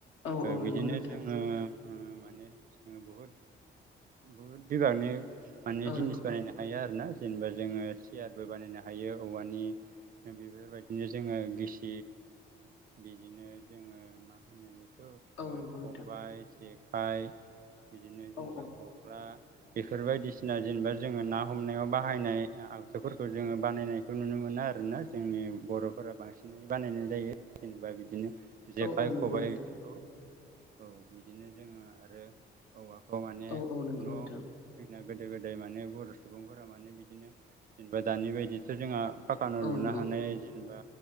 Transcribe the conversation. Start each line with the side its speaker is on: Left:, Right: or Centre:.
Left: औ
Right: ओ
Left: औ
Right: बिदिनो
Left: नंगौ नोंथां
Right: जोंङो ओ माने बहुद बहुद बिबागनि माने
Left: औ
Right: जिनिस
Left: नंगौ
Right: बानायनो हायो आरो ना। जेनेबा जोंङो सियारबो बानायनो हायो औवानि बेफोरबायदिनो जोंङो गिसि ब बिदिनो जोंङो मा होनो बेखौ ओ
Left: औ नंगौ
Right: खबाइ
Left: नोंथां
Right: जेखाइ बिदिनो जेनेबा
Left: औ औ
Right: खख्ला बेफोर बायदिसिना जेनेबा जोंङो ना हमनायाव बाहायनाय आगजुफोरखौ जोंङो बानायनाय खौ नुनो मोना आरोना जोंनि बर'फोरा बांसिनै बानायनाय जायो जेनेबा बिदिनो जेखाइ
Left: औ औ नंगौ
Right: खबाय
Left: नोंथां
Right: इफोरखौ औ बिदिनो जोंङो आरो औवाखौ माने
Left: औ औ नंगौ
Right: न'
Left: नोंथां
Right: जोंना गोदो गोदाय माने बर' सुबुंफोरा माने बिदिनो जेनेबा दानि बायदिथ' जोंहा फाक्क न'लुनो
Left: औ नंगौ
Right: हानाय जेनेबा